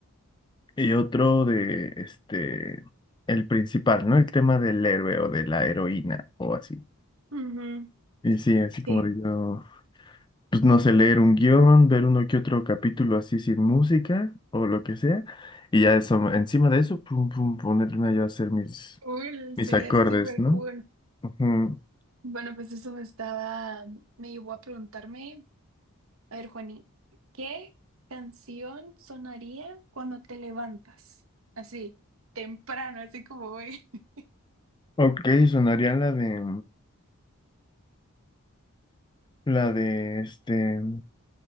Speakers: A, on the left; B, on the right.
A: Y otro de, este, el principal, ¿no? El tema del héroe o de la heroína o así.
B: ujú,
A: Y sí, así como
B: sí.
A: digo, pues no sé, leer un guión, ver uno que otro capítulo así sin música o lo que sea. Y ya eso, encima de eso, pum, pum, ponerme yo a hacer mis,
B: Cool,
A: mis
B: sería
A: acordes,
B: súper
A: ¿no?
B: cool.
A: Ujú.
B: Bueno, pues eso me estaba, me llevó a preguntarme. A ver, Juani, ¿qué canción sonaría cuando te levantas? Así, temprano, así como hoy. <laughs>
A: Ok, sonaría la de, la de, este,